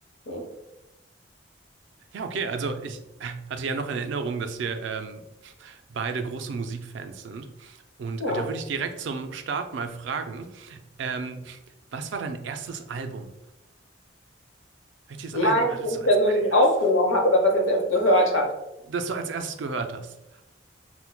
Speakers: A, on the left; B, on the right.
A: Hm,
B: Ja, okay, also ich hatte ja noch in Erinnerung, dass wir ähm, beide große Musikfans sind. Und
A: Ja.
B: äh, da würde ich direkt zum Start mal fragen, ähm, was war dein erstes Album? Welches Album
A: Mein,
B: hattest
A: was
B: du
A: ich
B: als
A: persönlich
B: allererstes,
A: aufgenommen habe oder was ich jetzt erst gehört habe.
B: das du als erstes gehört hast?